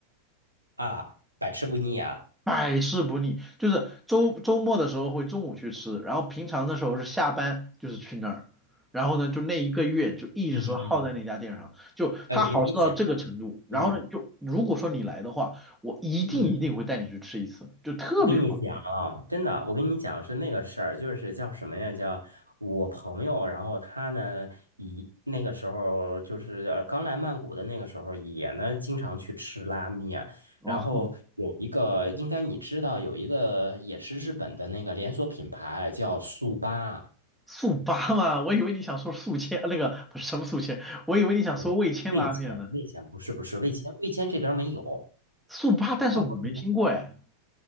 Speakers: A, on the right; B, in the centre.
A: 啊，百吃不腻啊。
B: 百试不腻，就是周周末的时候会中午去吃，然后平常的时候是下班就是去那儿，然后呢就那一个月就一直耗在那家店上，
A: 嗯嗯，
B: 就它好吃到这个程度，
A: 哎，我跟你讲啊，
B: 然后呢就如果说你来的话，
A: 嗯
B: 我一定一定会带你去吃一次，
A: 嗯，
B: 就特别好
A: 我跟你讲啊，真的，我跟你讲是那个事儿，就是叫什么呀？叫我朋友，然后他呢，以那个时候就是呃刚来曼谷的那个时候，也呢经常去吃拉面，
B: 哦。
A: 然后有一个应该你知道，有一个也是日本的那个连锁品牌叫速八，
B: 速八嘛，我以为你想说宿迁，那个不是什么宿迁，我以为你想说味千拉面呢。
A: 哦味千，味千不是不是味千，味千这边儿没有，
B: 速八，但是我没听过哎，
A: 泰国没有